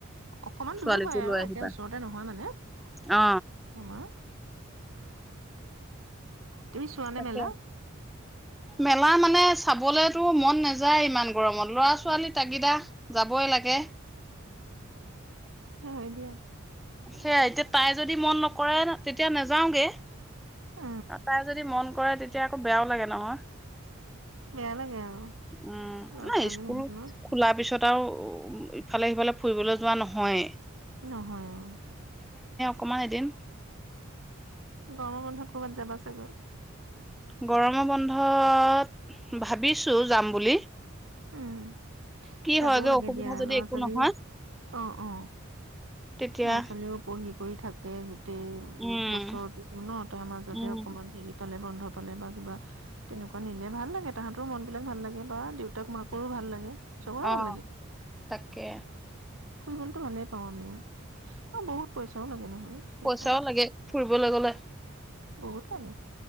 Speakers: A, on the right; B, in the centre.
A: অকমান
B: ছোৱালীকো
A: দূৰ হয় আৰু
B: লৈ
A: একে
B: আহিবা
A: ওচৰত নহয় মানে তোমাৰ
B: অ
A: তুমি চোৱা নে
B: তাকে
A: মেলা?
B: মেলা মানে চাবলৈতো মন নাযায় ইমান গৰমত লৰা ছোৱালী তাগিদা। যাবই লাগে।
A: হয় দিয়া।
B: সেয়াাই এতিয়া তাই যদি মন নকৰে তেতিয়া নাযাওঁগে
A: অ
B: আৰু তাই যদি মন কৰে তেতিয়া এতিয়া আকৈ বেয়াও লাগে নহয়
A: বেয়া লাগে আৰু
B: উম
A: ল'ৰা
B: ন
A: ছোৱালী
B: স্কুল
A: মানুহ ন
B: খোলাৰ পিছত আৰু উ ইফালে সিফালে ফুৰিবলৈ যোৱা নহয়ে।
A: নহয় অ।
B: কমাই এদিন
A: গৰমৰ বন্ধত কৰ'ৰবাত যাবা চাগৈ
B: গৰমৰ বন্ধত ভাবিছো যাম বুলি!
A: উম
B: কি
A: যাবও
B: হয়গে
A: লাগে
B: অসুবিধা
A: দিয়া
B: যদি
A: ল'ৰা
B: একো
A: ছোৱালীও
B: নহয়
A: অ অ
B: তেতিয়া
A: ল'ৰা ছোৱালীও পঢ়ি। কৰি থাকে। গোটেই
B: উম
A: বছৰটো ন তাৰ মাজতে
B: উম
A: অকনমান হেৰি পালে বন্ধ ৰ পালে বা কিবা তেনেকুৱা নিলে ভাল লাগে তাহাঁতৰো মন বিলাক ভাল লাগে। বা দেউতাক মাকক অ' ভাল লাগে চবৰে ভাল
B: অ' তাকে
A: ফুৰিবতো ভালেই পাওঁ আমিও সে বহুত পইচাও লাগে নহয়। সেই
B: পইচাও
A: এটা কথা
B: লাগে ফুৰিবলৈ গলে।
A: বহুত লাগে।